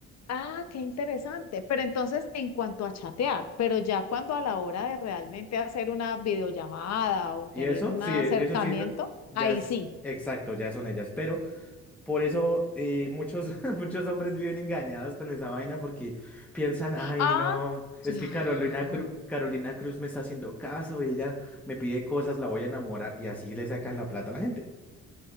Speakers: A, on the left; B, in the centre.
A: Ah, qué interesante. Pero entonces, en cuanto a chatear, pero ya cuando a la hora de realmente hacer una videollamada o
B: Y
A: tener
B: eso,
A: un
B: sí,
A: acercamiento,
B: e- eso sí, es- ya
A: ahí
B: es
A: sí.
B: exacto, ya son ellas, pero Por eso eh, muchos, <laughs> muchos hombres viven engañados con esa vaina porque piensan, ay,
A: Ah,
B: no,
A: claro,
B: es que Carolina, Cru- Carolina Cruz me está haciendo caso y ella me pide cosas, la voy a enamorar y así le sacan la plata a la gente.